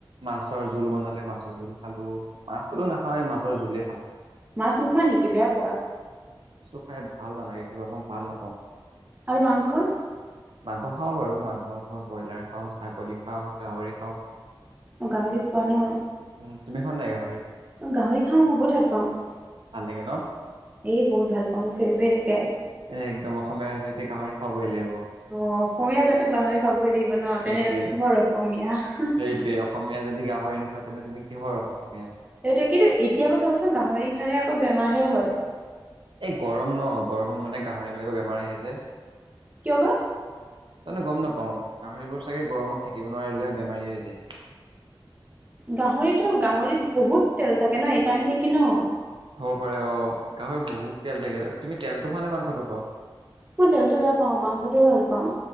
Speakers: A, on the right (about 70°); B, on the right (about 20°).
A: মাছৰ জোল বনালে মাছৰ জোল খালো মাছটোতো নাখাওঁৱে মাছৰ জোলে খালো
B: মাছ নোখোৱা নেকি বেয়া পোৱা
A: আৰে ভাল নালাগে কিবা মই ভাল নাপাওঁ
B: আৰু মাংস
A: মাংস খাওঁ বাৰু মাংস ত মই ব্ৰইলাৰ খাওঁ ছাগলী খাওঁ গাহৰি খাওঁ
B: গাহৰি খোৱা ন
A: উম তুমি খোৱা নাই গাহৰি
B: গাহৰি খাওঁ মই বহুত ভাল পাওঁ
A: ভাল লাগে ন
B: এই বহুত ভাল পাওঁ মোৰ ফেভৰেট একে
A: এ একদম অসমীয়া হৈছে এতিয়া গাহৰি খাবগৈ লাগিব
B: অ অসমীয়া জাতে গাহৰি খাবই লাগিব ন
A: সেইটোৱে
B: তেনে কিহৰ অসমীয়া
A: সেইটোৱে অসমীয়া যদি গাহৰি নোখোৱা তেনে তুমি কিহৰ অসমীয়া
B: সেইটোৱে কিন্তু এতিয়াবোৰ চাবাচোন গাহৰি খালে আকৌ বেমাৰহে হয়
A: এই গৰম ন গৰমত মানে গাহৰিবলাকৰ বেমাৰ আহে যে
B: কিয় বা
A: যানো গম নাপাও গাহৰিবোৰ চাগে গৰমত থাকিব নোৱাৰে সেইটোকাৰণে বেমাৰী হৈ যায়
B: গাহৰিতো গাহৰিত বহুত তেল থাকে ন এইকাৰণে নেকি ন
A: হ'ব পাৰে অ গাহৰি বহুত তেল থাকে তুমি তেলটো খোৱা নে মাংসটো খোৱা
B: মই তেলটো বেয়া পাওঁ মাংসটোয়ে ভাল পাওঁ